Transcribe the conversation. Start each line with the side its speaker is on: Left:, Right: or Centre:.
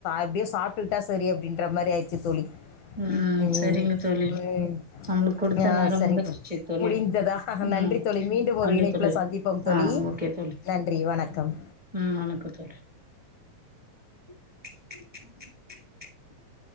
Left: எப்டியே சாப்பிட்டுட்டா செரி அப்டின்ற மாரி ஆயிருச்சு தோழி
Right: ம்.
Left: ம்
Right: சரிங்க தோழி.
Left: <unintelligible>
Right: நம்மளுக்கு குடுத்த
Left: ஞா
Right: நேரம்
Left: சரிங்க்கா
Right: முடிஞ்சிச்சு தோழி.
Left: முடிந்ததா
Right: ம்.
Left: நன்றி தோழி மீண்டு ஒரு
Right: நன்றி
Left: இணைப்புல
Right: தோழி.
Left: சந்திப்போம் தோழி
Right: ஆ ஓகே தோழி.
Left: நன்றி வணக்கம்
Right: ம். வணக்கம் தோழி. <unintelligible>